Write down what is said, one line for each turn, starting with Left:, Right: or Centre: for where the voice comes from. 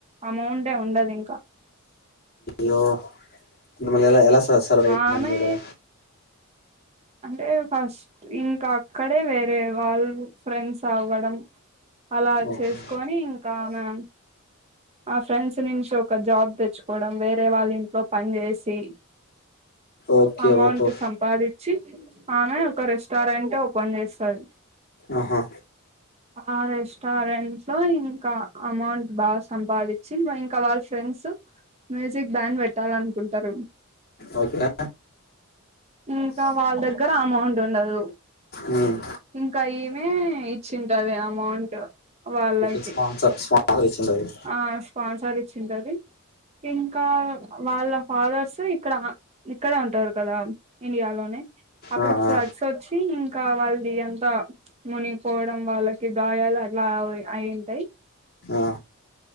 Right: అమౌంటె ఉండదింక.
Left: లో నమ్మల్ ఎలా స సర్వైవ్
Right: ఆమె
Left: నదల
Right: అంటే ఫస్ట్ ఇంకా అక్కడే వేరే వాళ్ళు ఫ్రెండ్స్ అవ్వడం అలా
Left: ఓకే
Right: చేసుకొని ఇంకా మా ఆ ఫ్రెండ్స్ నుంచి ఒక జాబ్ తెచ్చుకోవడం వేరే వాళ్ళు ఇంట్లో పని చేసి
Left: ఓకే
Right: అమౌంట్
Left: ఓహో
Right: సంపాదిచ్చి ఆమె ఒక రెస్టారెంట్ ఓపెన్ చేస్తది.
Left: ఆహా
Right: ఆ రెస్టారెంట్స్ లో ఇంక అమౌంట్ బాగొస్ సంపాదిచ్చి ఇవ ఇంక వాళ్ళ ఫ్రెండ్సు మ్యూజిక్ బ్యాన్ పెట్టాలనుకుంటారు.
Left: ఓకె
Right: ఇంకా వాళ్ళ దగ్గర అమౌంట్ ఉండదు.
Left: మ్మ్.
Right: ఇంకా ఈమె ఇచ్చింటది అమౌంట్. వాళ్ళకి
Left: ఓకె స్పాన్సర్స్ కా కాల్ చేస్ ఉంటాది.
Right: ఆ స్పాన్సర్ ఇచ్చింటాది. ఇంకా వాళ్ళ ఫాదర్స్ ఇక్కడ ఇక్కడే ఉంటారు కదా! ఇండియాలోనే అప్పుడు
Left: ఆ
Right: ఫ్లడ్సొచ్చి
Left: ఆ
Right: ఇంకా వాళ్ది అంతా మునిగిపోవడం వాళ్ళకి గాయాలు అట్లా అవి అయింటాయ్.
Left: ఆ